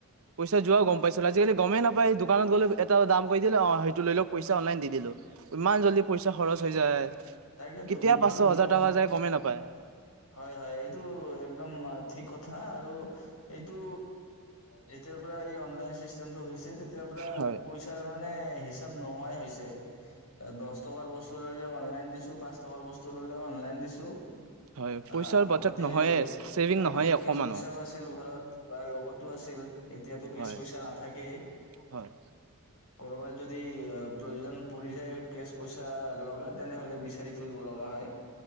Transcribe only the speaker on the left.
তাকেইেতো
মোৰ
ম
হয় হয় এইটো একদম ঠিক কথা আৰু এইটো যেতিয়াৰ পৰা এই অনলাইন চিষ্টেমটো হৈছে। তেতিয়া পৰা
পইচা মানে, মানে হিচাপ নোহোৱাই হৈছে দশ টকাৰ বস্তু ললেও অনলাইন দিছো পাঁচ টকাৰ বস্তু ললেও অনলাইন দিছো।
অ'
আগতে
আগতে
কেচ পইচাও আছিল ঘৰত বা লগতো আছিল। ছিল এতিয়াতো কেচ
পইচা নাথাকে।
কৰবাত যদি প্ৰয়োজন পৰি যায় কেছ পইচা লগা তেনেহলে বিচাৰি ফুৰিব লগা হয়।